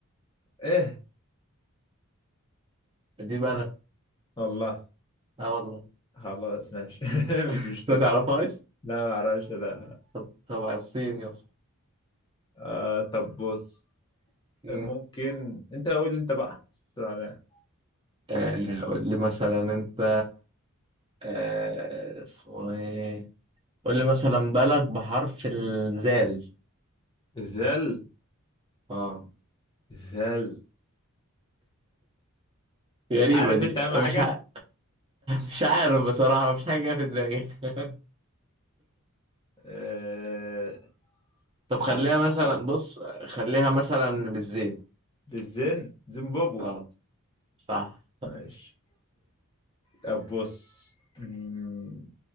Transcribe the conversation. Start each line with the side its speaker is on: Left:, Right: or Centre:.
Left: ايه
Right: دي بلد
Left: والله
Right: اه والله
Left: خلاص ماشي <laughs>
Right: <laughs>
Left: مش مشكلة
Right: انت تعرفهاش؟
Left: لا ما اعرفش ده
Right: طب تبع الصين يا اسطى
Left: آه طب بص
Right: مم.
Left: ممكن انت قول لي انت بقى استنى.
Right: آه، قول لي مثلا انت آه، اسمه ايه قول لي مثلا بلد بحرف الزال
Left: ذل
Right: اه
Left: ذل مش
Right: غريبة
Left: عارف
Right: دي
Left: انت اهم حاجة
Right: مش ع... <laughs> مش عارف بصراحة مفيش حاجة جاية في دماغي <laughs>
Left: آه مش
Right: طب خليها
Left: عارف صعبة
Right: مثلا بص خليها مثلا بالزين
Left: بالزين زيمبابوي
Right: اه صح
Left: ماشي طب بص مم،